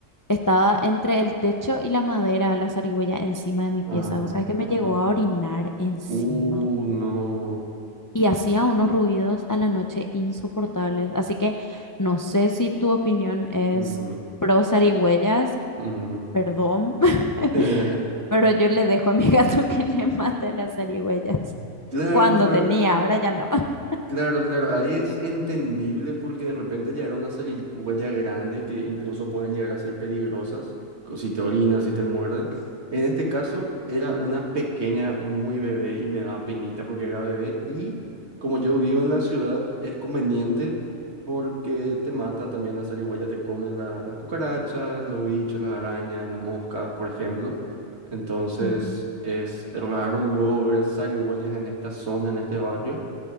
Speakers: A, on the left; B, on the right.
A: estaba entre el techo y la madera la zarigüeya encima de mi pieza.
B: Ah,
A: O sea, es que me
B: ajá.
A: llegó a orinar encima
B: Uh, no.
A: y hacía unos ruidos a la noche insoportables. Así que no sé si tu opinión es
B: Ujú,
A: pro zarigüeyas
B: ujú.
A: perdón, <laughs>
B: <laughs>
A: pero yo le dejo a mi <laughs> gato que le mate a las zarigüeyas.
B: Claro,
A: Cuando
B: claro.
A: tenía, ahora ya no. <laughs>
B: Claro, claro, ahí es entendible porque de repente ya era una huella grande que incluso pueden llegar a ser peligrosas, co- si te orina, si te muerde. En este caso era una pequeña, muy bebé y me daba penita porque era bebé y como yo vivo en la ciudad es conveniente porque te mata también la zarigüeya, te come la- las cucarachas, los bichos, las arañas, las moscas, por ejemplo. Entonces
A: Ujú.
B: es raro luego ver zarigüeyas en esta zona, en este barrio.